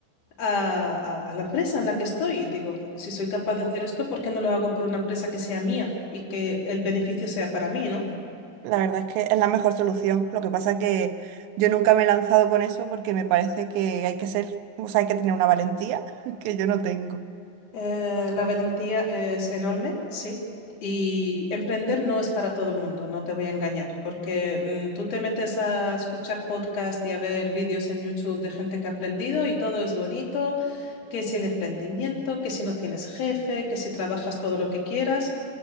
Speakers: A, on the left; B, on the right.
A: a, a- a la empresa en la que estoy. Y digo, si soy capaz de hacer esto, ¿por qué no lo hago por una empresa que sea mía y que el beneficio sea para mí, ¿no?
B: La verdad es que es la mejor solución. Lo que pasa que yo nunca me he lanzado con eso porque me parece que hay que ser, o sea, hay que tener una valentía <laughs> que yo no tengo.
A: Eh, la valentía es enorme, sí. Y emprender no es para todo el mundo, no te voy a engañar, porque mm, tú te metes a escuchar podcast y a ver vídeos en YouTube de gente que ha emprendido y todo es bonito, que si el emprendimiento, que si no tienes jefe, que si trabajas todo lo que quieras,